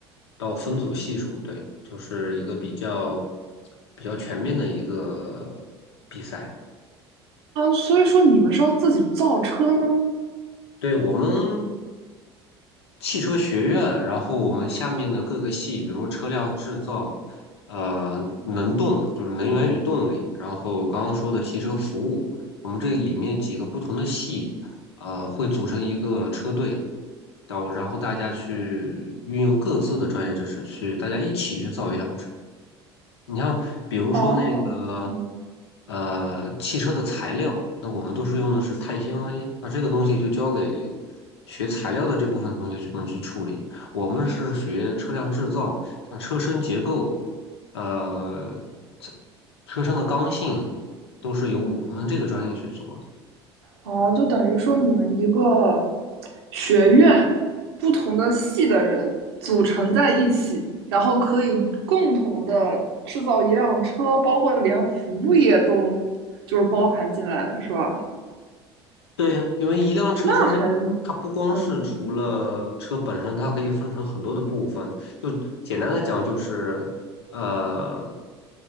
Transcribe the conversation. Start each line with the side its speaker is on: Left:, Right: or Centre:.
Left: 到分组系数，对，就是一个比较比较全面的一个比赛。
Right: 啊，所以说你们是要自己造车吗？
Left: 对，我们汽车学院，然后我们下面的各个系，比如车辆制造，呃，能动就是能源与动力，然后刚刚说的汽车服务，我们这里面几个不同的系，呃，会组成一个车队，到然后大家去运用各自的专业知识去，大家一起去造一辆车。你像比如说那个
Right: 哦，嗯，
Left: 呃汽车的材料，那我们都是用的是碳纤维，那这个东西就交给学材料的这部分同学去们去处理。我们是学车辆制造，像车身结构，呃，车车身的刚性，都是由我们这个专业去做。
Right: 哦，就等于说你们一个学院不同的系的人组成在一起，然后可以共同的制造一辆车，包括连服务业都就是包含进来了，是吧？
Left: 对呀，因为一辆车上面它不光是除了车本身，
Right: 那还，嗯，
Left: 它可以分成很多的部分。就简单的讲，就是呃，